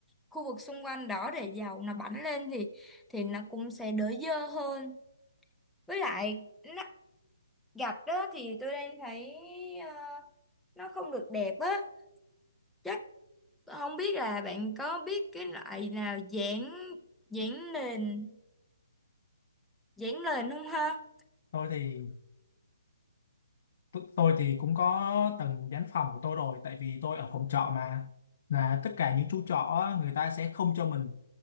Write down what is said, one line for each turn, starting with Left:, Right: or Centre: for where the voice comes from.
Centre: khu vực xung quanh đó để dầu nó bắn lên thì thì nó cũng sẽ đỡ dơ hơn với lại nó gạch đó thì tôi đang thấy ờ, nó không được đẹp á chắc Không biết là bạn có biết cái loại nào giảng giảng nền giảng nền không ha?
Left: tôi thì T- tôi thì cũng có từng dán phòng của tôi rồi tại vì tôi ở phòng trọ mà là tất cả những chú trọ á, người ta sẽ không cho mình